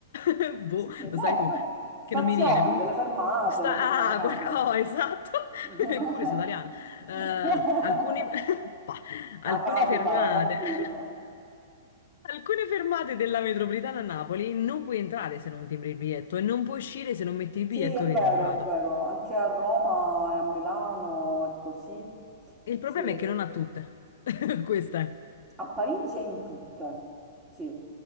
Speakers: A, on the left; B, on the right.
A: <laughs> boh,
B: Sì,
A: lo
B: no,
A: sai tu,
B: eh,
A: che
B: stazioni,
A: non mi viene. Comunque,
B: delle fermate,
A: sta,
B: le fermate.
A: ah, guarda- oh, esatto,
B: <laughs>
A: <laughs> eppure sono italiana. Eh, alcune, <laughs> bah, alcune
B: Ah, capita,
A: fermate.
B: tranquillo.
A: <laughs> Alcune fermate della metropolitana a Napoli non puoi entrare se non timbri il biglietto e non puoi uscire se non metti il
B: Sì,
A: biglietto
B: è
A: che
B: vero,
A: è timbrato.
B: è vero, anche a Roma e a Milano è così.
A: Il problema
B: Sì.
A: è che non ha tutte. <laughs> Questa
B: A Parigi e in tutte, sì,